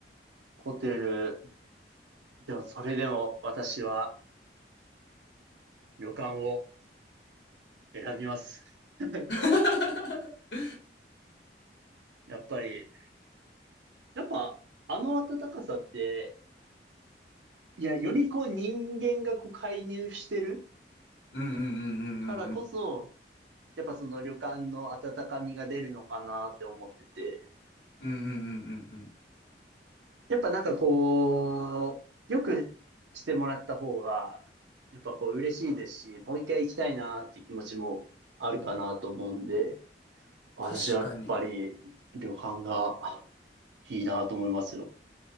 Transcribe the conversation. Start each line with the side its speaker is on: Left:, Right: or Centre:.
Right: ホテル、でもそれでも私は旅館を選びます。<laughs>
Left: <laughs>
Right: やっぱり、やっぱあの暖かさって、いや、よりこう人間がこう介入してる
Left: うんうんう
Right: からこそ、
Left: ん
Right: やっぱその旅館の温かみが出るのかなって思ってて、
Left: うんうんうんうんうんうんうんうんうん
Right: やっぱなんかこう、よくしてもらった方が、やっぱこう嬉しいですし、もう一回行きたいなっていう気持ちもあるかなと思うんで、私はやっぱり旅館が
Left: 確かに。
Right: いいなと思いますよ。